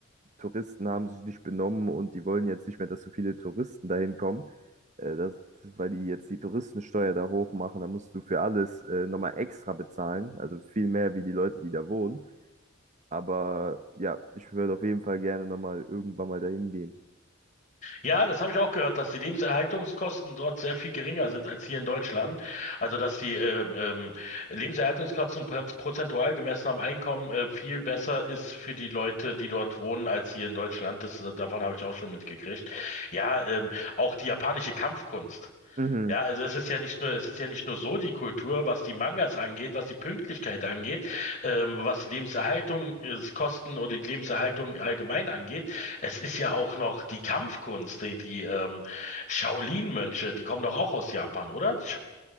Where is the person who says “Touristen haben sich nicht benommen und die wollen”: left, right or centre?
Right